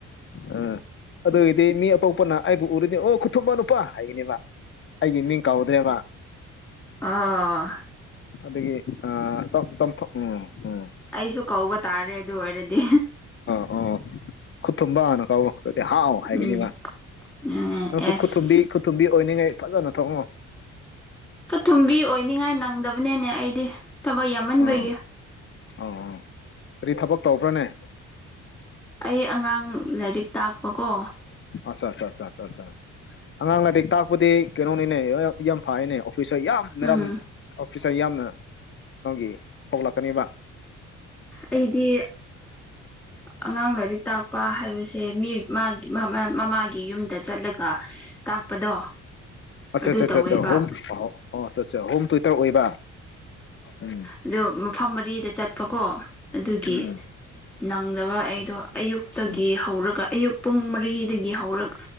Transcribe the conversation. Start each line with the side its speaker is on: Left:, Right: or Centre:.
Left: ꯑꯥ ꯑꯗꯨꯒꯤꯗꯤ ꯃꯤ ꯑꯇꯣꯞꯄꯅ ꯑꯩꯕꯨ ꯎꯔꯤꯅꯤ ꯑꯣ ꯈꯨꯊꯨꯝꯃ ꯅꯨꯄꯥ ꯍꯥꯏꯒꯅꯦꯕ ꯑꯩꯒꯤ ꯃꯤꯡ ꯀꯥꯎꯗ꯭ꯔꯦꯕ
Centre: ꯑꯥ
Left: ꯑꯗꯒꯤ ꯆꯥꯝꯊꯣꯛ ꯎꯝ ꯎꯝ
Centre: ꯑꯩꯁꯨ ꯀꯧꯕ ꯇꯥꯔꯦ ꯑꯗꯨ ꯑꯣꯏꯔꯗꯤ
Left: ꯑꯣ ꯈꯨ ꯇꯨꯝꯕꯅ ꯀꯥꯎ ꯍꯥꯎ ꯍꯥꯏꯒꯅꯤ
Centre: ꯎꯝ
Left: ꯋꯥ
Centre: ꯎꯝ
Left: ꯅꯪꯁꯨꯨ
Centre: ꯑꯦꯁ
Left: ꯈꯨ ꯊꯨꯝꯕꯤ ꯇꯨꯝꯕꯤ ꯑꯣꯏꯅꯤꯡꯉꯥꯏ ꯐꯖꯅ ꯊꯣꯡꯉꯣ
Centre: ꯁ ꯊꯨꯝꯕꯤ ꯑꯣꯏꯅꯤꯡꯉꯥꯏ ꯅꯪꯗꯕꯅꯦꯅꯦ ꯑꯩꯗꯤ ꯊꯕꯛ ꯌꯥꯝꯃꯟꯕꯒꯤ
Left: ꯑꯥ ꯑꯥ ꯑꯥ ꯀꯔꯤ ꯊꯕꯛ ꯇꯧꯕ꯭ꯔꯅꯦ
Centre: ꯑꯩ ꯑꯉꯥꯡ ꯂꯥꯏꯔꯤꯛ ꯇꯥꯛꯄꯀꯣ
Left: ꯑꯠ ꯑꯠ ꯑ ꯑ ꯑ ꯑꯉꯥꯡ ꯂꯥꯏꯔꯤꯛ ꯇꯥꯛꯄꯨꯗꯤ ꯀꯩꯅꯣꯅꯤꯅꯦ ꯍ ꯌꯥꯝ ꯐꯥꯏꯅꯦ ꯑꯣꯐꯤꯁ ꯌꯥꯝ ꯃꯦꯔꯝ
Centre: ꯎꯝ
Left: ꯐꯤꯆꯔ ꯌꯥꯝꯅ ꯅꯪꯒꯤ ꯊꯣꯛꯂꯛꯀꯅꯦꯕ
Centre: ꯑꯩꯗꯤ ꯑꯉꯥꯡ ꯂꯥꯏꯔꯤꯛ ꯇꯥꯛꯄ ꯍꯥꯏꯕꯁꯦ ꯃꯤꯑꯣ ꯃꯥꯒꯤ ꯃꯃꯥꯒꯤ ꯌꯨꯝꯗ ꯆꯠꯂꯒ ꯇꯥꯛꯄꯗꯣ
Left: ꯑꯆꯥ
Centre: ꯑꯗꯨ
Left: ꯑ
Centre: ꯇꯧꯋꯦꯕ
Left: ꯑ ꯑ ꯍꯣꯝ ꯑ ꯑꯣ ꯑ ꯑ ꯍꯣꯝ ꯇꯨ ꯏꯇꯔ ꯑꯣꯏꯕ ꯎꯝ
Centre: ꯑꯗ ꯃꯐꯝ ꯃꯔꯤꯗ ꯆꯠꯄꯀꯣ ꯑꯗꯨꯒꯤ
Left: ꯎꯝ
Centre: ꯅꯪꯗꯕ ꯑꯩꯗꯣ ꯑꯌꯨꯛꯇꯒꯤ
Left: ꯎꯝ
Centre: ꯍꯧꯔꯒ ꯑꯌꯨꯛ ꯄꯨꯡ ꯃꯔꯤꯗꯒꯤ ꯍꯧꯔꯒ